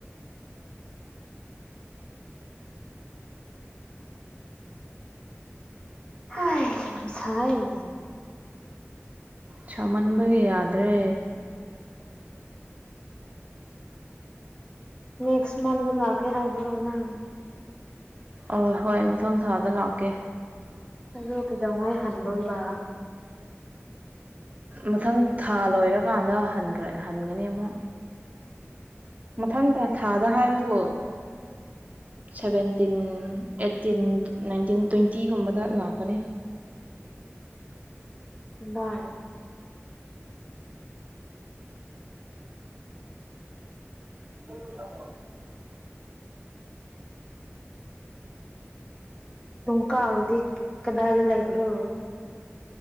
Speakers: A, on the left (about 20°); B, on the right (about 35°).
A: ꯍꯥꯏ ꯁꯥꯏ
B: ꯁꯃꯟꯕꯒꯤ ꯌꯥꯗ꯭ꯔꯦ
A: ꯅꯦꯛꯁ ꯃꯟꯗ ꯂꯥꯛꯀꯦ ꯍꯥꯏꯕ꯭ꯔꯣ ꯅꯪ
B: ꯑ ꯍꯣꯏ ꯃꯊꯪ ꯊꯥꯗ ꯂꯥꯛꯀꯦ
A: ꯑꯗꯨꯗ ꯀꯩꯗꯧꯉꯥꯏ ꯍꯟꯗꯣꯏꯕ
B: ꯃꯊꯪ ꯊꯥ ꯂꯣꯏꯔꯀꯥꯟꯗ ꯍꯟꯈ꯭ꯔꯦ ꯍꯟꯒꯅꯤ ꯑꯃꯨꯛ ꯃꯊꯪꯗ ꯊꯥꯗ ꯍꯥꯏꯕꯕꯨ ꯁꯚꯦꯟꯇꯤꯟ ꯑꯩꯠꯇꯤꯟ ꯅꯥꯏꯟꯇꯤꯟ ꯇ꯭ꯋꯦꯟꯇꯤꯒꯨꯝꯕꯗ ꯂꯥꯛꯀꯅꯤ <inaudible> <inaudible>
A: ꯚꯥꯏ
B: <inaudible>
A: ꯨꯀꯨꯝ ꯀꯥꯎꯔꯗꯤ ꯀꯗꯥꯏꯗ ꯂꯩꯕ꯭ꯔꯣ